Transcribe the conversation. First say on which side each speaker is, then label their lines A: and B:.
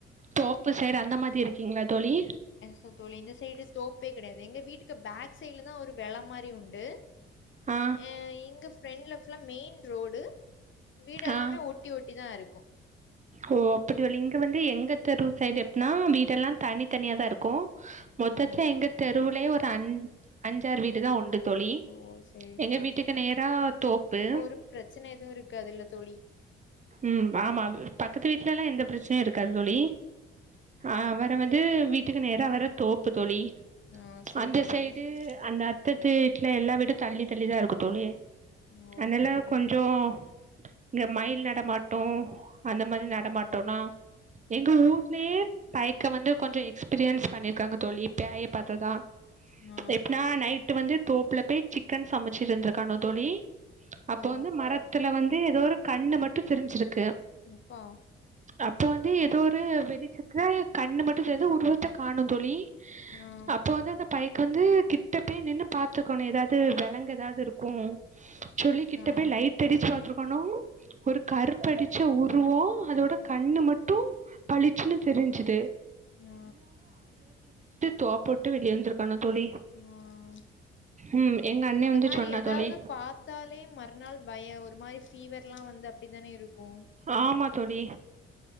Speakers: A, on the right (about 25°); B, on the left (about 40°).
A: தோப்பு சைடு அந்த மாரி இருக்கிங்ளா தோழி
B: இல்ல தோழி இந்த சைடு தோப்பே கெடையாது எங்க வீட்டுக்கு பேக் சைடுல தா ஒரு வெல மாரி உண்டு
A: ஆ
B: அ இங்க ஃப்ரெண்ட்ல ஃபுல்லா மெயின் ரோடு வீடு எல்லாமே
A: ஆ
B: ஒட் ஒட்டி ஒட்டி தா இருக்கு
A: ஓ அப்டி <unintelligible> இங்க வந்து எங்க தெரு சைடு எப்னா வீடெல்லா தனி தனியாதா இருக்கு மொத்தத்லே
B: ஆ
A: எங்க தெருவுலே ஒரு அஞ் அஞ்சாறு வீடு தா உண்டு தோழி
B: ஓ சேரி
A: எங்க
B: தோழி
A: வீட்டுக்கு
B: சரி அப்
A: நேரா தோப்பு
B: அப்போ ஒரு பிரச்சன எது இருக்காதுல தோழி
A: ம் ஆமா பக்கத்து வீட்லலா எந்த பிரச்சனையு இருக்காது தோழி ஆ வேற வந்து வீட்டுக்கு நேரா வர தோப்பு தோழி
B: ஆ சேரி
A: அந்த
B: தோழி
A: சைடு
B: சேரி
A: அந்த பக்கத்து வீட்ல எல்லா வீடு தள்ளி தள்ளிதா இருக்கு தோழி
B: ஓ
A: அதனால
B: சேரி
A: கொஞ்சோ
B: தோழி
A: இங்க மயில் நடமாட்டோ அந்த மாரி நடமாட்டோனா
B: ஓ
A: எங்க ஊர்லயே பயக்க வந்து கொஞ்சோ எக்ஸ்பீரியன்ஸ் பண்ணிருக்காங்க தோழி பேய பாத்ததா
B: உஹம்
A: எப்புனா நைட்டு வந்து தோப்புல போய் சிக்கன் சமைச்சிட்டு இருந்துருக்கானோ தோழி அப்ப
B: ஓ
A: வந்து மரத்துல வந்து எதோ ஒரு கண்ணு மட் டு தெரிஞ்சுருக்கு
B: அப்பா
A: அப்ப வந்து எதோ ஒரு வெளிச்சத்துல கண்ணு மட்டு <unintelligible> உருவத்த காணு தோழி
B: ஆ
A: அப்ப வந்து அந்த பயக்கு வந்து கிட்ட பேய் நின்னு பாத்துக்காணு எதாது வெலங்கு எதாது இருக்கு சொல்லி கிட்ட
B: ஆ
A: பேய் லைட் அடிச்சு பாத்துருக்காணோ ஒரு கருப்படிச்ச உருவோ அதோட கண்ணு மட்டு பளிச்சுன்னு தெரிஞ்சிது
B: ஆ
A: தோப்போட்டு வெளிய வந்திருக்கானோ தோழி
B: ஆ
A: ம் எங்க அண்ணே
B: இந்த
A: வந்து
B: மாரி
A: சொன்னா
B: எதாவது
A: தோழி
B: பாத்தாலே மறுநாள் பயோ ஒரு மாரி ஃபிவர்லா வந்து அப்டி தானே இருக்கு
A: ஆமா தோழி